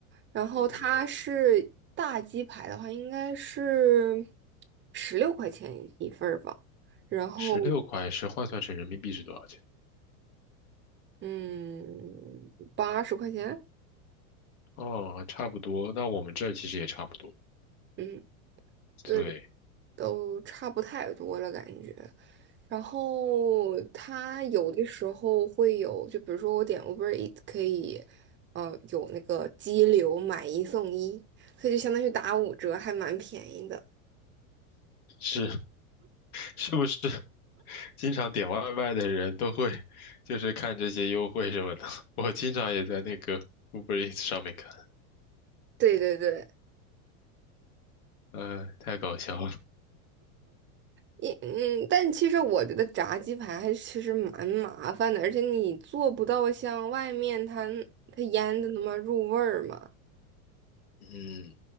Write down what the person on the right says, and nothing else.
然后它是大鸡排的话，
应该是十六块钱一份儿吧。然后
嗯，八十块钱，
嗯，对，
都差不太多了感觉。然后它有的时候会有，就比如说我点 Uber Eat 可以，呃，有那个激流买一送一，所以就相当于打五折，还蛮便宜的。
对对对，
一嗯，但其实我觉得炸鸡排还其实蛮麻烦的，而且你做不到像外面它它腌的那么入味儿嘛。